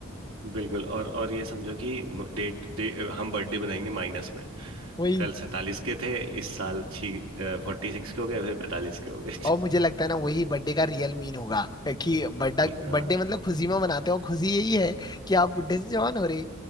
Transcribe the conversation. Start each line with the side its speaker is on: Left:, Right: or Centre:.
Right: बिल्कुल और और ये समझो कि डेट डे, हम बर्थडे बनाएंगे माइनस में
Left: वही
Right: कल सैतालीस के थे इस साल छी फोर्टी सिक्स के हो गए फिर पैंतालीस के हो गए
Left: और मुझे लगता है ना वही बर्थडे का रियल मीन होगा कि बर्थडे
Right: <laughs>
Left: बर्थडे
Right: हाँ
Left: मतलब खुशी में मनाते हो खुशी यही है कि आप बुड्ढे से जवान हो रहे